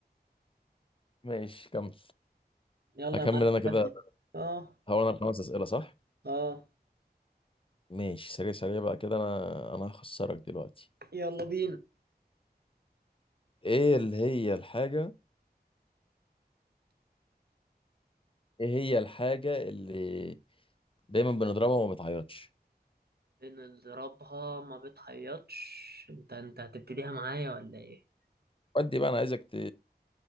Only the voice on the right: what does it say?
يلا
يا معلم
ودي اه
اه
يلا بينا
بنضربها ما بتعيطش انت انت هتبتديها معايا ولا ايه